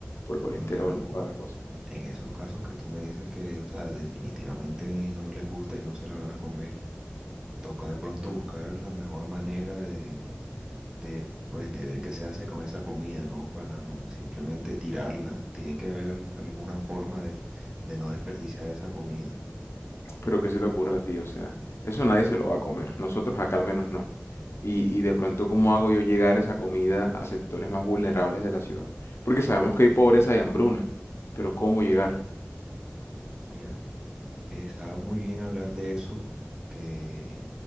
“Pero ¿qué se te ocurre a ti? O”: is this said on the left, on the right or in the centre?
Left